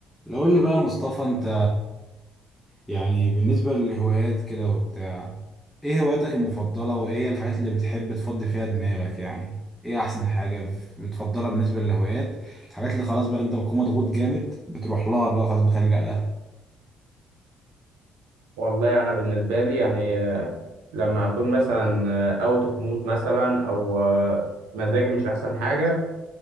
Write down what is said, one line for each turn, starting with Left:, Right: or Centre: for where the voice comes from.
Centre: لو قول لي بقى يا مصطفى انت يعني بالنسبة للهوايات كده وبتاع ايه هواياتك المفضلة وايه هي الحاجات اللي بتحب تفضي فيها دماغك يعني ايه احسن حاجة ف- بتفضلها بالنسبة للهوايات الحاجات اللي خلاص بقى انت بتكون مضغوط جامد بتروح لها بقى خلاص بتلجأ لها
Right: والله انا بالنسبه لي يعني آه، لما اكون مثلا آه، اوت اوف مود مثلا او آه، مزاجي مش احسن حاجه